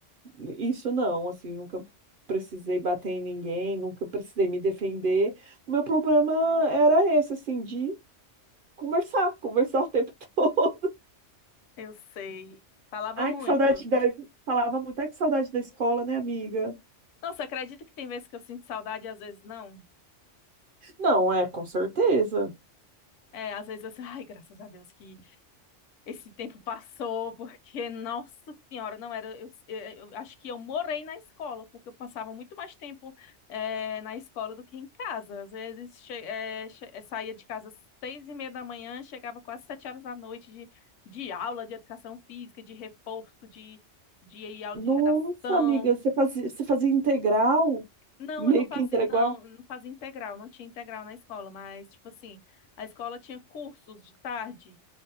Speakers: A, on the right (about 55°); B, on the left (about 80°).
A: Isso não, assim, nunca precisei bater em ninguém, nunca precisei me defender. O meu problema era esse, assim, de conversar, conversar o tempo <laughs> todo.
B: Eu sei. Falava
A: Ai,
B: muito.
A: que saudade da... Falava muito, ai, que saudade da escola, né, amiga?
B: Nossa, acredita que tem vezes que eu sinto saudade e às vezes não?
A: Não, é, com certeza.
B: É, às vezes eu <laughs> sinto, ai, graças a Deus que Esse tempo passou porque, nossa senhora, não era. Eu, eu- eu acho que eu morei na escola, porque eu passava muito mais tempo eh, na escola do que em casa. Às vezes che- eh, che- eh, saía de casa às seis e meia da manhã, chegava quase sete horas da noite de, de aula de educação física, de reforço, de, de aula
A: Nossa,
B: de redação.
A: amiga, você fazia, você fazia integral?
B: Não,
A: Meio
B: eu não fazia,
A: que integral?
B: não, não fazia integral, não tinha integral na escola, mas, tipo assim, a escola tinha cursos de tarde.